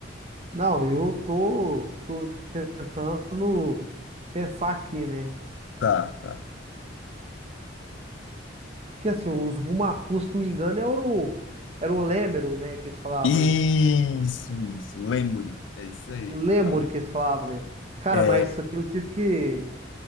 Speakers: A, on the right (about 35°); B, on the left (about 80°).
A: não, eu tô, tô tentando pensar aqui, né?
B: Tá, tá.
A: Porque assim, o Zubumafu, se não me engano, era o, era o Lêmero, né? Que eles falavam,
B: Isso,
A: né?
B: isso. Lemuri. É isso aí.
A: O
B: É, o-
A: que eles falavam, né? Cara,
B: é,
A: mas isso aqui eu tive que,